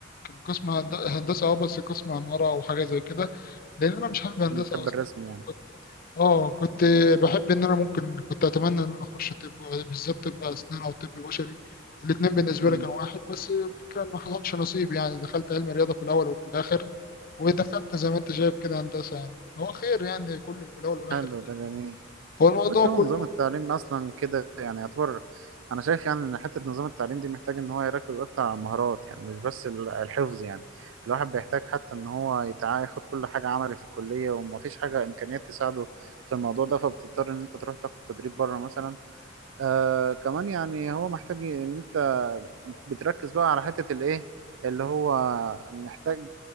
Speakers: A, on the left; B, on the right.
A: قسم هند- هندسة أه بس قسم عمارة أو حاجة زي كده لان انا مش حابب هندسه
B: بتحب
A: اصلا
B: الرسم يعني
A: كنت اه كنت بحب ان انا ممكن كنت اتمنى ان انا اخش طب بالذات طب اسنان او طب بشري الاتنين بالنسبه
B: مم.
A: لي كانوا واحد بس الفكره ان ما حصلش نصيب يعني دخلت علم رياضه في الاول وفي الاخر ودخلت زي ما انت شايف كده هندسه يعني هو خير يعني كله في الاول والاخر
B: حلو ده جميل
A: هو الموضوع
B: بس هو
A: كله
B: نظام التعليم اصلا كده يعني يعتبر انا شايف يعني ان حته نظام التعليم دي محتاج ان هو يركز اكتر على المهارات يعني مش بس ال- الحفظ يعني الواحد بيحتاج حتى ان هو يتع- ياخد كل حاجه عملي في الكليه ومفيش حاجه امكانيات تساعده في الموضوع ده فبتضطر ان انت تروح تاخد تدريب بره مثلا آه كمان يعني هو محتاج ان انت بتركز بقى على حتة الايه اللي هو محتاج